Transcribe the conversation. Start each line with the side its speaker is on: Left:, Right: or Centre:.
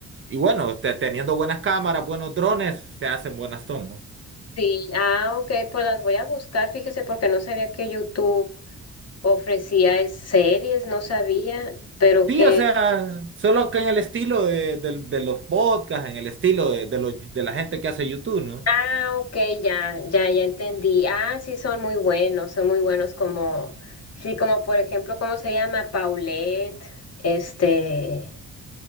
Right: y bueno, te- teniendo buenas cámaras, buenos drones, te hacen buenas tomas.
Left: sí, ah, ok, pues las voy a buscar, fíjese, porque no sabía que YouTube ofrecía es- series, no sabía, pero
Right: Sí,
Left: que,
Right: o sea, solo que en el estilo de, del de los podcasts, en el estilo de, de, los- de la gente que hace YouTube, ¿no?
Left: ah, ok, ya, ya, ya entendí. Ah, sí, son muy buenos, son muy buenos como, sí, como por ejemplo, ¿cómo se llama? Paulette, este...